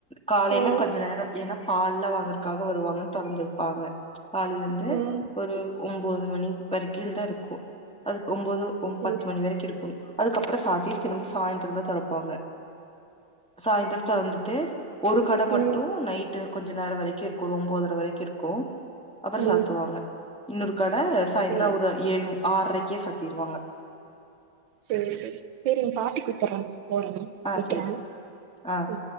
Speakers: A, in the centre; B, on the right (about 80°).
A: காலைல
B: ம்
A: கொஞ்ச நேரோ ஏன்னா பால்லா வாங்கறக்காக வருவாங்க தொறந்திருப்பாக கால்லேலே
B: ம்
A: ஒரு ஒம்போது மணி வரைக்கு தா இருக்கு அதுக்கு ஒம்போது ஒ
B: சேரி
A: பத்து மணி வரைக்கு இருக்கணு அதுக்கப்புறோ சாத்திய திரும்ப சாய்ந்தரோ தா தொரப்பாங்க சாய்ந்திரோ தொறந்துட்டு ஒரு கட மட்டு
B: ம்
A: நைட்டு கொஞ்ச நேர வரைக்கு இருக்கு ஒரு ஒம்போதுர வரைக்கு இருக்கு அப்பறோ
B: ம்
A: சாத்துவாங்க இன்னொரு கட சாய்ந்தரோ
B: சேரி
A: ஒரு ஏழு ஆற்ரைக்கே சாத்திருவாங்க
B: செரி செரி செரி எங்க பாட்டி கூப்பட்றாங்க போறே
A: ஆ
B: வெக்கிறே
A: செரி ஆ
B: ம்